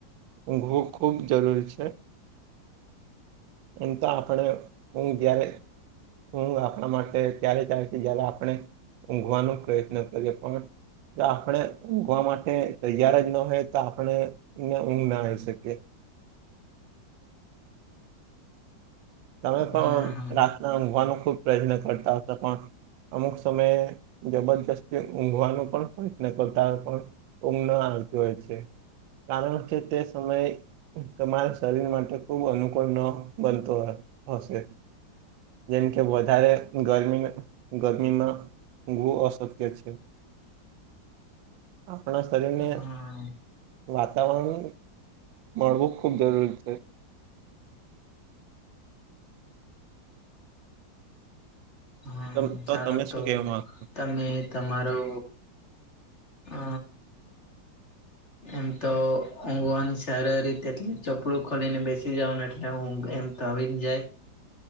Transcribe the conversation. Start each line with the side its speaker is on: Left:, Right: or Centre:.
Right: ઊંઘવું ખૂબ જરૂરી છે એમ તો આપણે હું જારે હું આપણા માટે ત્યારે તારથી જય્યારે આપણે ઊંઘવાનો પ્રયત્ન કરીએ પણ જો આપણે ઊંઘવા માટે તૈયાર જ ના હોય તો આપણે ઊંઘ ના આવીઈ શકીએ તમે પણ
Left: હા હા.
Right: રાતના ઊંઘવાનો ખુબ પ્રયત્ન કરતા હતા પણ અમુક સમયે જબરજસ્તી ઊંઘવાનો પણ પ્રયત્ન કરતા પણ ઉમ આવત હોય છે કારણ કે તે સમયે તમારા શરીર માટે ખૂબ અનુકૂળ ન બનતો હશે જેમ કે વધારે ગરમી ગરમીમાં ગુ અશક્ય છે આપણા શરીરને
Left: હા
Right: વાતાવરણ મળવું ખૂબ જરૂરી છે
Left: હા
Right: તમ
Left: ચાલ
Right: તમે
Left: તો
Right: શું કેવા માંગો
Left: તમે તમારો અ
Right: <inaudible>
Left: એમ તો ઊંઘવાનું સારી રીતે એટલી ચપલું ખોલીને બેસી જાવ ને એટલે ઊંઘ એમ ત આવીન જાય